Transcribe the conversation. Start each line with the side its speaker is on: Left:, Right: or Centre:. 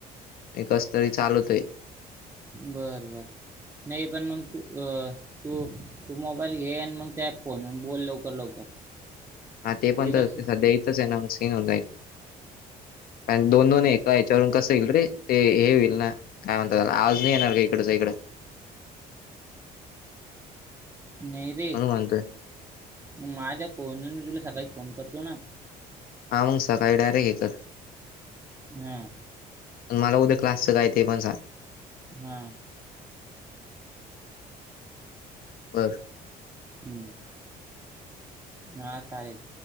Left: हे कस तरी चालतोय....
Right: बर बर नाही पण मग... तू अ तू तू मोबाईल घे आणि मग त्याप फन बोल लवकर लवकर..... <inaudible>
Left: हा ते पण तर
Right: कसं
Left: सद्या इथच आहे ना सीन होई... आणि दोन दोन ए याच्यावरून कसं येईल रे ते हे होईल ना.... काय म्हणतात आवाज नाही येणार का इकडच इकंड....
Right: नाही रे
Left: म्हणून म्हणतोय
Right: मग माझ्या फोन मी तुला सकाळी फोन करतो ना.....
Left: हा मग सकाळी डारेक्ट हे कर...
Right: हा....
Left: मला उद्या क्लासचं काय ते पण सांग...
Right: हा....
Left: बर....
Right: हम्म हा चालेल.....